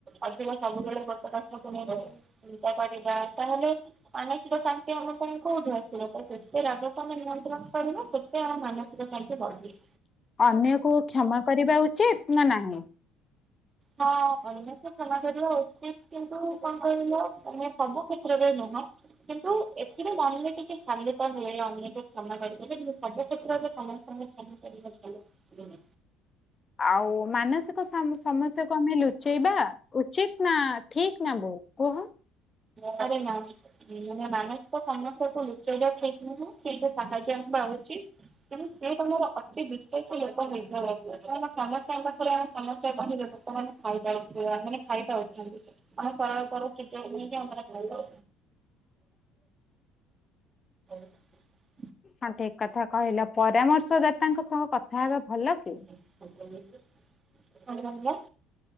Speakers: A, on the right; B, on the left.
A: ଅଧିକ ସବୁ ସବୁବେଳେ ଗୋଟେ କଥାକୁ ନେଇକି ଚିନ୍ତା କରିବା ତାହେଲେ ମାନସିକ ଶାନ୍ତି ଆମ ପାଇଁ କୋଉଠି ଯେତେ ରାଗକୁ ଆମେ ନିୟନ୍ତ୍ରଣ କରିବ ସେତେ ଆମ ମାନସିକ ଶାନ୍ତି ବଢିବ।
B: ଅନ୍ୟକୁ କ୍ଷମା କରିବା ଉଚିତ ନା ନାହିଁ?
A: ହଁ ଅନ୍ୟ ତ କ୍ଷମା କରିବା ଉଚିତ କିନ୍ତୁ କଣ କହିଲ ସବୁ କ୍ଷେତ୍ରରେ ନୁହଁ। କିନ୍ତୁ ଏଥିରେ ମନରେ ଟିକେ ହାଲୁକା ମିଳେ ଅନ୍ୟକୁ କ୍ଷମା କରିଦେଲେ କିନ୍ତୁ ସବୁ କ୍ଷେତ୍ରରେ ସମସ୍ତେଙ୍କୁ କ୍ଷମା କରିବା ଭଲ।
B: ଆଉ ମାନସିକ ସମସ୍ୟାକୁ ଆମେ ଲୁଚେଇବା ଉଚିତ ନା ଠିକ ନା ଭୁଲ କୁହ?
A: ପରେ ନା ମାନସିକ ସମସ୍ୟାକୁୁ ଲୁଚେଇବା ଠିକ ନୁହେଁ କିନ୍ତୁ ସାହାଯ୍ୟ ନବା ଆଉ କିନ୍ତୁ ସେ ତମର ଅତି ବିଶ୍ୱାସ ଲୋକ ହେଇଥିବ ଦରକାର ସମସ୍ତଙ୍କ ପାଖରେ ଆମେ ସମସ୍ତେ ଲୋକମାନେ ଖାଇଯାଉଥିବା ମାନେ ଖାଇପାରୁଛନ୍ତି ଆମେ ସରଳତାର ସୁଯୋଗନେଇକି ଆମେ ଖାଇବା <unintelligible>
B: ହଁ ଠିକ୍ କଥା କହିଲ ପରାମର୍ଶଦାତାଙ୍କ ସହ କଥା ହେବା ଭଲ କି?
A: ଆଜ୍ଞା ଆଜ୍ଞା କଣ କହିଲ?